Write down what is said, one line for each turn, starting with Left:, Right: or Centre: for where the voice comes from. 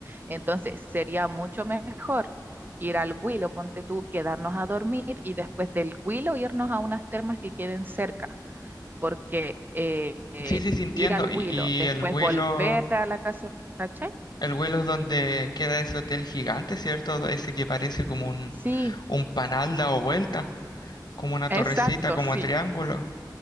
Right: Entonces, sería mucho mejor ir al Huilo, ponte tú, quedarnos a dormir y después del Huilo irnos a unas termas que queden cerca. porque eh, eh,
Left: Sí, sí, sí, entiendo.
Right: ir al
Left: Y,
Right: Huilo, después
Left: y el Willow,
Right: volver a la casa, ¿cachai?
Left: el Willow es donde queda ese hotel gigante, ¿cierto? Ese que parece como un,
Right: Sí,
Left: un panal dado vuelta, como una
Right: exacto,
Left: torrecita, como
Right: sí,
Left: triángulo.